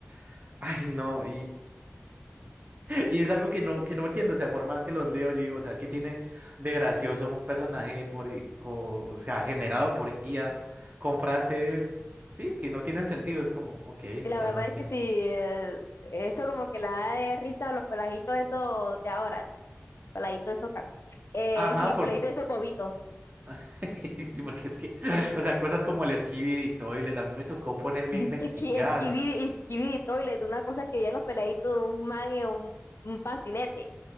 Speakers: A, on the right (about 40°); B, on the left (about 85°).
A: <laughs> ay, no, Y es algo que no, que no entiendo, o sea, por más que los leo, yo digo, o sea, ¿qué tiene de gracioso un personaje por, i- co- o sea, generado por IA con frases, sí, que no tienen sentido? Es como, ok,
B: Y la
A: o sea,
B: verdad
A: no entiendo.
B: es que sí, eh, eso como que la da de risa a los peladitos esos de ahora. Peladitos esos, ca- eh,
A: Ajá,
B: <laughs> los
A: por...
B: peladitos esos bobitos.
A: <laughs> sí, porque es que, <laughs> o sea, cosas como el Skibidi y Toilet, a mí me tocó ponerme
B: Dice
A: a investigar.
B: que esqui- esquividi, esquividi toilet, una cosa que vi en los peladitos, un man y un, un patinete.